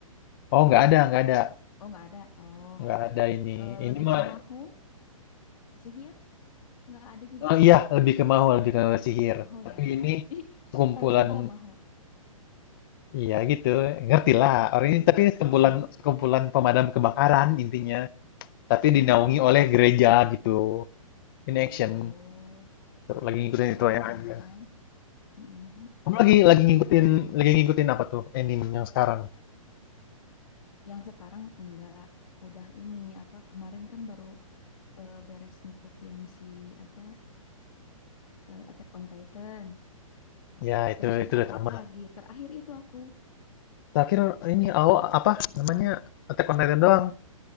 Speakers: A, on the left; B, on the left.
A: Oh nggak ada, nggak ada.
B: Oh, nggak ada. Oh,
A: Nggak ada ini.
B: eh,
A: Ini
B: lebih
A: mah
B: ke maho, sihir? Nggak ada juga.
A: Oh iya, lebih ke mahua, lebih ke sihir.
B: Maho
A: Tapi
B: ya?
A: ini
B: Ih,
A: sekumpulan,
B: tahu juga maho.
A: iya gitu, ngerti lah. Orang
B: Mm-mm,
A: ini tapi sekumpulan
B: mm-mm.
A: sekumpulan pemadam kebakaran intinya. Tapi
B: Oh,
A: dinaungi oleh gereja gitu. Ini
B: oh,
A: action, Seru, lagi ngikutin
B: oke,
A: itu ya.
B: lumayan.
A: aja.
B: Mm-mm.
A: Kamu lagi
B: Terus
A: lagi ngikutin lagi ngikutin apa tuh anime yang sekarang?
B: yang sekarang enggak udah ini apa kemarin kan baru eh, beres ngikutin si apa eh, Attack on Titan.
A: Ya itu
B: Terus nggak
A: itu udah
B: update
A: tamat.
B: lagi. Terakhir itu aku,
A: Terakhir ini awal apa namanya Attack on Titan doang.